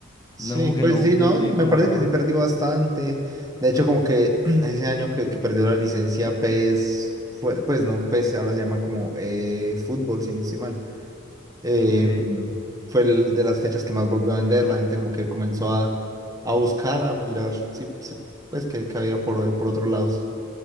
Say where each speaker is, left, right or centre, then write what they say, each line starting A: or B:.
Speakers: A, on the right (about 15°); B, on the left (about 20°).
A: Sí,
B: No, como que
A: pues
B: no,
A: sí, no,
B: yo no vi
A: me
B: como
A: parece
B: una baja.
A: que sí perdió bastante. De hecho, como que <clears throat> ese año que, que perdió la licencia PES, fue, pues no, PES ahora se llama como eh, fútbol, si no estoy mal. Eh,
B: Ok.
A: fue el de las fechas que más volvió a vender. La gente como que comenzó a, a buscar, a mirar, sí, sí, pues que, que había por, por otros lados.